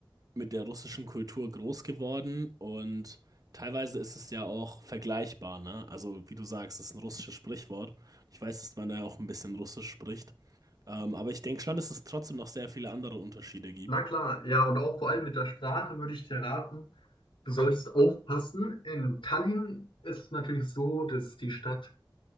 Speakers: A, on the right (about 45°); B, on the left (about 80°).
A: mit der russischen Kultur groß geworden und teilweise ist es ja auch vergleichbar, ne? Also, wie du sagst, es ist ein russisches Sprichwort. Ich weiß, dass man da ja auch ein bisschen Russisch spricht. Ähm, aber ich denke schon, dass es trotzdem noch sehr viele andere Unterschiede gibt.
B: Na klar, ja, und auch vor allem mit der Sprache würde ich dir raten, du solltest aufpassen. In Tallinn ist es natürlich so, dass die Stadt,